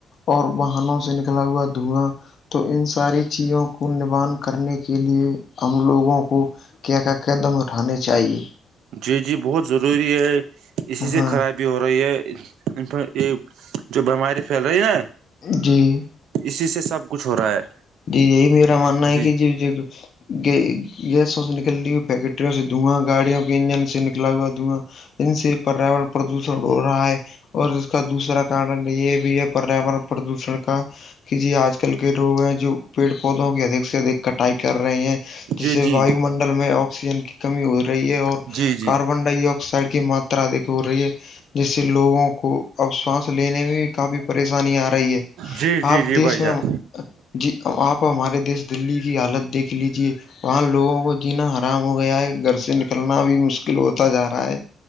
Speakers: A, on the left; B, on the right.
A: اور باہنوں سے نکلا ہوا دھواں تو ان ساری چیزوں کو نبان کرنے کے لیئے ہم لوگوں کو کیا کیا قدم اٹھانے چاہیے
B: جی جی بہت ضروری ہے اسی سے
A: ہاں
B: خرابی بھی ہو رہی ہے یہ جو بیماری پھیل رہی نا
A: جی
B: اسی سے سب کچھ ہو رہا ہے
A: جی یہی میرا ماننا ہے
B: جی
A: کہ ج گ گیسوں سے نکل رہ ہوئی فیکٹریوں سے دھواں گاڑیوں کے انجن سے نکلا ہوا دھواں ان سے پریاورن پردوشن ہو رہا ہے اور اس کا دوسرا کارن یہ بھی ہے پریاورن پردوشن کا کہ جی آج کل کے لوگ ہیں پیڑ پودوں کی ادھک سے ادک کٹائی کر رہے ہیں جس
B: جی
A: سے
B: جی
A: واو منڈل میں آکسیجن کی کمی ہو رہی ہے اور
B: جی جی
A: کاربن ڈائی آکسائڈ کی ماترا ادک ہو رہی ہے جس سے لوگوں کو اب ساس لینے میں بھی کافی پریشانی آ رہی ہے
B: جی جی
A: آپ
B: جی
A: دیش
B: بھائی
A: میں
B: جان
A: جی آپ ہمارے دیس دلی کی حالت دیکھ لیجیے وہاں لوگوں کو جینا آرام ہو گیا ہے گھر سے نکلنا بھی مشکل ہوتا جا رہا ہے